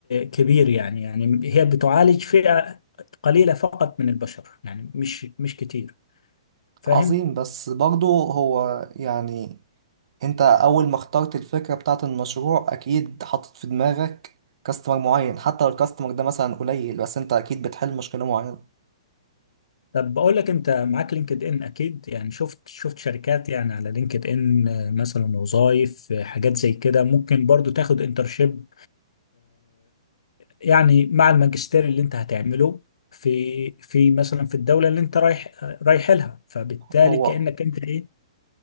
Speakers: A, on the left (about 85°); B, on the right (about 65°).
A: كبير يعني يعني هي بتعالج فئه قليله فقط من البشر يعني مش مش كتير فاهم
B: عظيم بس برضو هو يعني انت اول ما اخترت الفكرة بتاعت المشروع اكيد حاطط في دماغك كاستمر معين حتى لو الكاستمر ده مثلا قليل بس انت اكيد بتحل مشكلة معينة
A: طب بقول لك انت معاك لينكد ان اكيد يعني شفت شفت شركات يعني على لينكد ان آه، مثلا وظائف حاجات زي كده ممكن برضو تاخد انترشيب يعني مع الماجستير اللي انت هتعمله في في مثلا في الدولة اللي انت رايح آه، رايح لها فبالتالي
B: هو
A: كأنك انت ايه